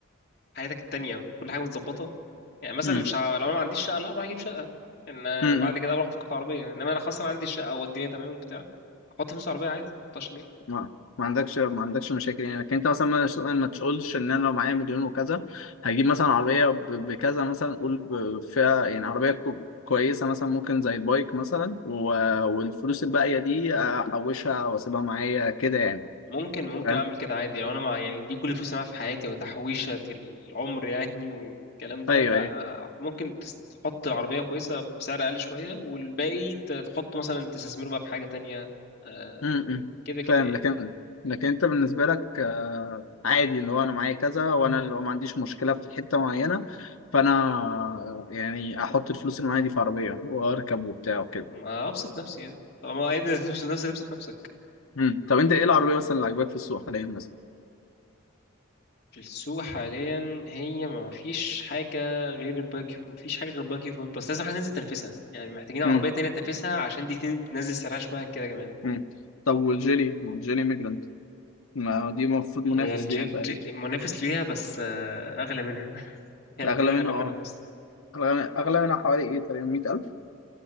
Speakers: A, on the left (about 50°); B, on the left (about 80°).
A: حياتك التانية كل حاجه متظبطه يعني مثلا
B: امم
A: مش ه... لو انا ما عنديش شقه لا اروح اجيب شقه ان آه،
B: امم
A: بعد كده اروح افكر في عربيه انما انا خلاص انا عندي الشقه والدنيا تمام وبتاع احط فلوس في عربيه عادي ما احطهاش ليه
B: ما ما عندكش ما عندكش مشاكل يعني لكن انت مثلا ما ما تقولش ان انا لو معايا مليون وكذا هجيب مثلا عربيه ب- بكذا مثلا قول ب- فيها يعني عربيه كو- كويسه مثلا ممكن زي البايك مثلا و- والفلوس الباقيه دي احوشها واسيبها معايا كده يعني
A: ممكن ممكن
B: فاهم
A: اعمل كده عادي لو انا مع يعني دي كل فلوس اللي معايا في حياتي وتحويشه العمر يعني <laughs> والكلام ده
B: ايوه
A: لا
B: ايوه
A: آه، ممكن تس- تحط عربيه كويسه بسعر اقل شويه والباقي ت- تحطه مثلا تستثمره بقى في حاجه تانية آه،
B: امم
A: كده كده
B: فاهم
A: يعني
B: لكن لكن انت بالنسبه لك آه، عادي اللي هو انا معايا كذا وانا اللي هو ما عنديش مشكله في حته معينه فانا آه، يعني احط الفلوس اللي معايا دي في عربيه واركب وبتاع وكده
A: ما ابسط نفسي يعني طالما قادر تبسط نفسك ابسط نفسك
B: مم. طب انت ايه العربيه مثلا اللي عاجباك في السوق حاليا مثلا
A: في السوق حاليا هي ما فيش حاجة غير الباربيكيو ما فيش حاجة غير الباربيكيو فور بس لازم حاجة تنزل تنافسها يعني محتاجين عربية
B: مم.
A: تانية تنافسها عشان دي تن- تنزل سعرها شوية عن كده كمان
B: مم. طب والجيلي والجيلي ميجرانت ما دي المفروض منافس
A: هي الجي...
B: ليها
A: الجي...
B: تقريبا
A: المنافس ليها بس آه، أغلى منها <laughs> يعني
B: اغلى
A: هي أغلى
B: منها اه
A: منها أصلا
B: اغلى اغلى منها حوالي ايه تقريبا 100000